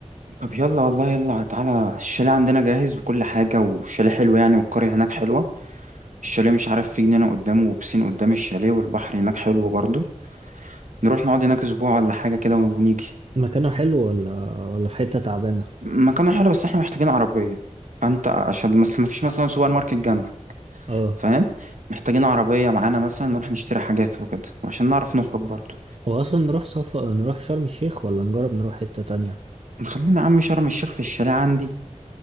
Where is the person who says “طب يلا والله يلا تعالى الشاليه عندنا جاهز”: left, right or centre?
Right